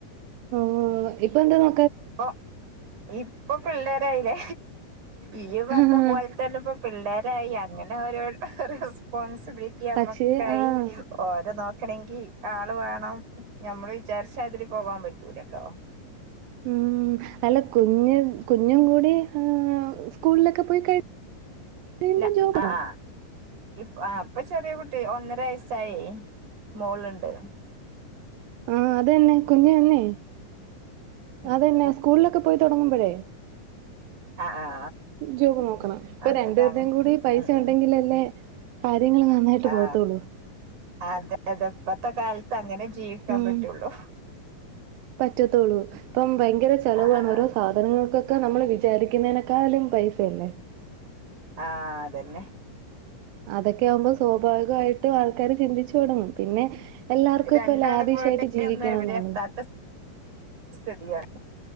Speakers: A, on the right (about 85°); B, on the right (about 60°).
A: ഓ ഓ ഇപ്പൊ എന്താ വ
B: ക്ക് ഇപ്പൊ പിള്ളേരായില്ലേ ഈ പറഞ്ഞ
A: ആഹ്
B: പോലെത്തന്നെ ഇപ്പൊ പിള്ളേരായി അങ്ങനെ ഒരോ റെസ്പോൺസ് <unintelligible>
A: പക്ഷേ ആഹ്
B: ഓരേ നോ ക്കണെങ്കി ആള് വേണം നമ്മള് വിചാരിച്ചാ അതില് പോവാൻ പറ്റൂലല്ലോ
A: ഉം അല്ല കുഞ്ഞ് കുഞ്ഞും കൂടി ആ സ്കൂളിലൊക്കെ പോയി കഴി കഴിയുമ്പോ
B: ഇല്ല
A: ജോബ്
B: ആ
A: വേണം
B: ആ ഇപ്പ ആ ഇപ്പൊ ചെറിയ കുട്ടി ഒന്നര വയസായേ മോളുണ്ടേ
A: ആ അത് തന്നെ കുഞ്ഞു തന്നെ
B: ഉം
A: അതുതന്നെ
B: ഉം
A: സ്കൂളിലൊക്കെ പോയി തുടങ്ങുമ്പോഴേ
B: ആ ആ
A: ജോബ് നോക്കണം ഇപ്പോ
B: അതെതാണ്
A: രണ്ട് പേരുടെയും കൂടി പൈസ
B: ഉം ഉം
A: ഉണ്ടെങ്കിലല്ലേ കാര്യങ്ങള് നന്നായിട്ട്
B: ആ
A: പോത്തുള്ളൂ
B: അതെ അതെ ഇപ്പത്തെ കാലത്ത് അങ്ങനെ ജീവിക്കാൻ
A: ഉം
B: പറ്റുള്ളൂ
A: പറ്റത്തുള്ളൂ ഇപ്പം ഭയങ്കര ചെലവാണ്
B: ആ ആ
A: ഓരോ സാധനങ്ങൾക്കൊക്കെ നമ്മള് വിചാരിക്കുന്നേനക്കാലും പൈസയല്ലേ
B: ആഹ് അതന്നെ
A: അതൊക്കെ ആവുമ്പോ സ്വാഭാവികമായിട്ടും ആൾക്കാര് ചിന്തിച്ച ച്ച് തുടങ്ങും പിന്നെ എല്ലാർക്കും
B: രണ്ടാള്
A: ഇപ്പൊ ലാവിഷായിട്ട്
B: പോയിട്ട്
A: ജീവിക്കണം
B: ഒന്നും എവിടെ
A: എന്നാണ്
B: എത്താത്ത സ്ഥിതിയാണ്